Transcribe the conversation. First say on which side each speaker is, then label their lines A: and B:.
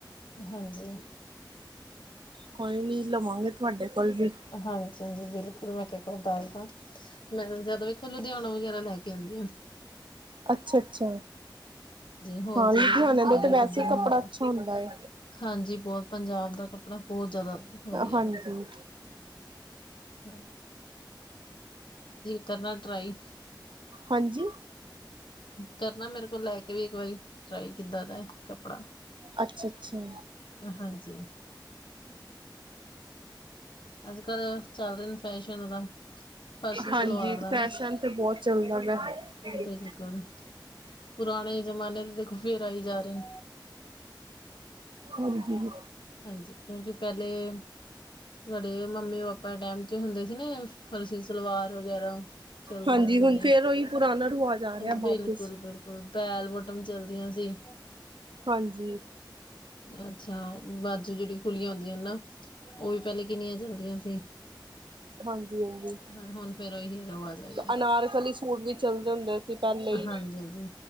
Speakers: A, on the left; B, on the right.
A: ਹਾਂਜੀ
B: ਕੋਈ ਨੀ ਲਵਾਂਗੇ ਤੁਹਾਡੇ ਕੋਲ ਵੀ।
A: ਹਾਂਜੀ-ਹਾਂਜੀ ਬਿਲਕੁਲ ਮੈਂ ਕਹਿ ਇਕ ਵਾਰ ਦੱਸਦਾ ਮੈ ਜਿਆਦਾ ਵੇਖੋ ਲੁਧਿਆਣਾ ਵਗੈਰਾ ਲੈ ਕੇ ਆਣਦੀਆਂ।
B: ਅੱਛਾ-ਅੱਛਾ,
A: ਹੋਲਸੇਲ
B: ਹਾਂ ਲੁਧਿਆਣੇ
A: ਚ ਨਾ ਸਹੀ
B: ਨੇ ਤੇ
A: ਰੇਟ
B: ਵੈਸੇ
A: ਇੱਧਰ
B: ਈ ਕੱਪੜਾ
A: ਮਿਲਦੇ
B: ਅੱਛਾ
A: ਨੇ
B: ਹੁੰਦਾ ਏ।
A: ਹਾਂਜੀ ਬਹੁਤ ਪੰਜਾਬ ਦਾ ਕੱਪੜਾ ਬਹੁਤ ਜ਼ਿਆਦਾ ਵਧੀਆ।
B: ਹਾਂਜੀ।
A: ਹਾਂ। ਕਰਨਾ ਟਰਾਈ
B: ਹਾਂਜੀ।
A: ਕਰਨਾ ਮੇਰੇ ਕੋਲ ਲੈ ਕੇ ਵੀ ਇੱਕ ਵਾਰੀ ਟਰਾਈ ਕਿੱਦਾਂ ਦਾ ਕੱਪੜਾ।
B: ਅੱਛਾ-ਅੱਛਾ।
A: ਹਾਂਜੀ ਅੱਜ-ਕੱਲ ਚੱਲ ਰਹੇ ਨੇ ਫੈਸ਼ਨ ਦਾ ਫਰਸੀ
B: ਹਾਂਜੀ
A: ਸਲਵਾਰ ਦਾ।
B: ਫੈਸ਼ਨ ਤੇ ਬਹੁਤ ਚੱਲਦਾ ਪਿਆ।
A: ਬਿਲਕੁਲ, ਪੁਰਾਣੇ ਜਮਾਨੇ ਦੇ ਦੇਖੋ ਫੇਰ ਆਈ ਜਾ ਰਹੇ ਨੇ।
B: ਹਾਂਜੀ।
A: ਹਾਂਜੀ ਕਿਉਂਕਿ ਪਹਿਲੇ, ਸਾਡੇ ਮੰਮੀ ਪਾਪਾ ਟਾਈਮ 'ਚ ਹੁੰਦੇ ਸੀ ਨਾ ਫਰਸੀ ਸਲਵਾਰ ਵਗੈਰਾ ਚਲਦੀਆਂ
B: ਹਾਂਜੀ ਹੁਣ
A: ਸੀਗੇ,
B: ਫੇਰ ਉਹੀ ਪੁਰਾਣਾ ਰਿਵਾਜ਼ ਆ ਰਿਹਾ
A: ਬਿਲਕੁਲ
B: ਵਾਪਿਸ
A: ਬਿਲ ਬੈਲ ਵੋਟਮ ਚਲਦੀਆਂ ਸੀ।
B: ਹਾਂਜੀ।
A: ਅੱਛਾ। ਬਾਜੂ ਜਿਹੜੀ ਖੁੱਲੀਆਂ ਹੁੰਦੀਆਂ ਨਾ ਉਹ ਵੀ ਪਹਿਲੇ ਕਿੰਨੀਆਂ ਚਲਦੀਆਂ ਸੀ।
B: ਹਾਂਜੀ-ਹਾਂਜੀ,
A: ਹਾਂ ਹੁਣ ਫੇਰ ਉਹੀ ਰਿਵਾਜ ਆ ਗਿਆ
B: ਤੇ ਅਨਾਰਕਲੀ ਸੂਟ ਵੀ ਚਲਦੇ ਹੁੰਦੇ ਸੀ। ਪਹਿਲੇ ਈ,
A: ਹਾਂਜੀ ਹਾਂਜੀ